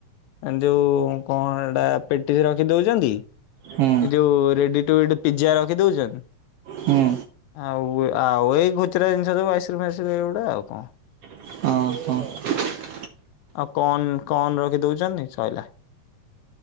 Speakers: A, on the left (about 80°); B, on the right (about 75°).
A: ଏ ଯୋଉ କଣ ହେ ବା ପେଟିସ ରଖି ଦଉଚନ୍ତି
B: ହୁଁ
A: ।ଏ ଯୋଉ ରେଡି ଟୁ ଇଟ୍ ପିଜା ରଖି ଦଉଛନି।
B: ହୁଁ
A: ଆଉ ଆଉ ଏଇ ଖୁଚୁରା ଜିନିଷ ସବୁ ଆଇସକ୍ରିମ୍ ଫାଇସକ୍ରିମ୍ ଏଗୁଡା ଆଉ କଣ।
B: ଅଁ, ହଁ।
A: ଆଉ କନ୍ କନ୍ ରଖି ଦଉଚନି ସଇଲା।